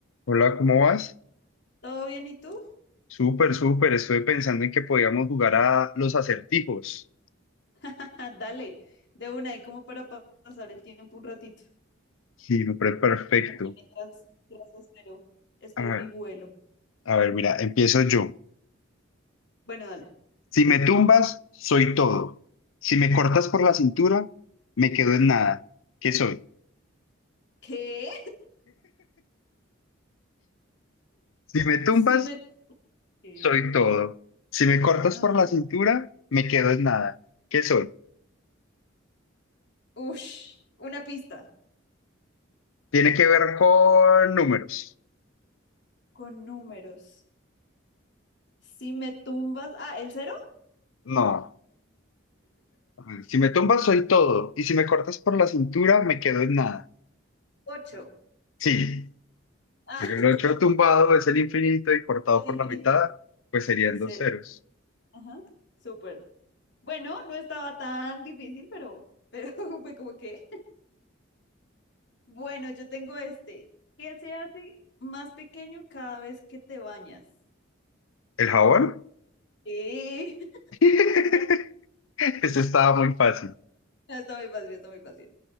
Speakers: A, on the left; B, on the left.
A: Hola, ¿cómo vas?
B: ¿Todo bien y tú?
A: Súper, súper. Estuve pensando en que podíamos jugar a los acertijos.
B: <laughs> Dale, de una ahí como para pa- pasar el tiempo un ratito.
A: Sí, me parece perfecto.
B: Aquí mientras, mientras espero, espero
A: A ver,
B: mi vuelo.
A: a ver, mira, empiezo yo.
B: Bueno, dale.
A: Si me tumbas, soy todo. Si me cortas por la cintura, me quedo en nada. ¿Qué soy?
B: ¿Qué?
A: Si me tumbas,
B: Sí me... ¿Qué?
A: soy todo. Si me cortas
B: Ajá.
A: por la cintura, me quedo en nada. ¿Qué soy?
B: Ush, una pista
A: Tiene que ver con números.
B: con números. Si me tumbas... Ah, ¿el cero?
A: No. A ver, Si me tumbas, soy todo. Y si me cortas por la cintura, me quedo en nada.
B: Ocho.
A: Sí,
B: Ah,
A: el
B: <laughs>
A: 8 tumbado es el infinito y cortado
B: es
A: por
B: el infinito.
A: la mitad, pues serían
B: Es
A: dos
B: el.
A: ceros.
B: Ajá. Súper. Bueno, no estaba tan difícil, pero, pero <laughs> fue como que... Bueno, yo tengo este. ¿Qué se hace más pequeño cada vez que te bañas?
A: ¿El jabón?
B: ¿Qué? <laughs>
A: <laughs>
B: Ah, Está,
A: Eso estaba muy fácil.
B: ah, está muy fácil, está muy fácil.